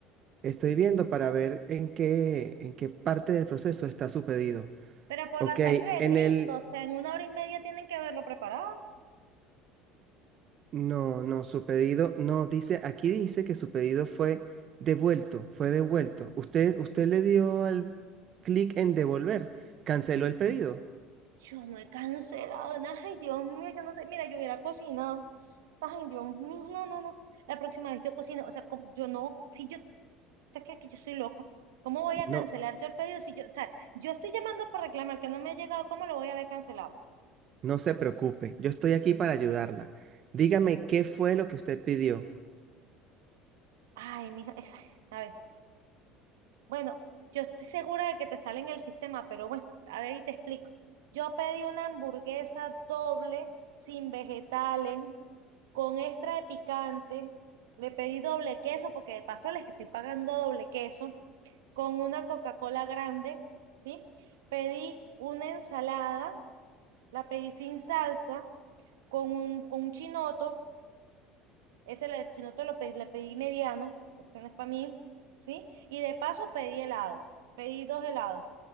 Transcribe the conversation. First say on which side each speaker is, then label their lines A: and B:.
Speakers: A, on the right (about 45°); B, on the right (about 75°).
A: estoy viendo para ver en qué, en qué parte del proceso está su pedido.
B: Pero por
A: Ok,
B: la sangre de
A: en
B: Cristo,
A: el,
B: o sea, en una hora y media tienen que haberlo preparado.
A: no, no, su pedido, no, dice, aquí dice que su pedido fue devuelto, fue devuelto. Usted, usted le dio al clic en devolver, canceló el pedido.
B: Yo no he cancelado nada. Ay, Dios mío, yo no sé. Mira, yo hubiera cocinado. Ay, Dios mío, no, no, no. La próxima vez yo cocino, o sea, com- yo no, si yo, te crees que yo soy loca. ¿Cómo voy a
A: No.
B: cancelar yo el pedido si yo, o sea, yo estoy llamando para reclamar que no me ha llegado, ¿cómo lo voy a haber cancelado?
A: No se preocupe, yo estoy aquí para ayudarla. Dígame qué fue lo que usted pidió.
B: Ay, mijo, esa- a ver, bueno, yo estoy segura de que te sale en el sistema, pero bueno, a ver y te explico. Yo pedí una hamburguesa doble, sin vegetales, con extra de picante, le pedí doble queso, porque de paso les estoy pagando doble queso, con una Coca-Cola grande, ¿sí? Pedí una ensalada, la pedí sin salsa, con un, con un chinoto, ese el chinoto lo pedí, le pedí mediano, porque ese no es para mí, ¿sí? Y de paso pedí helado, pedí dos helados,